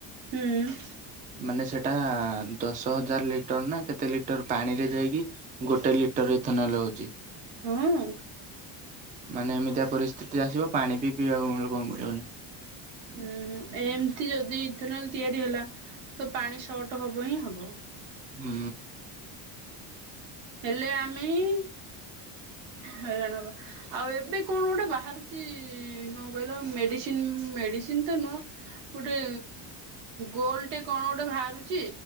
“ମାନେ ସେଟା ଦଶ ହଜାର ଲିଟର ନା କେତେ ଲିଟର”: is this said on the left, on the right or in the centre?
Right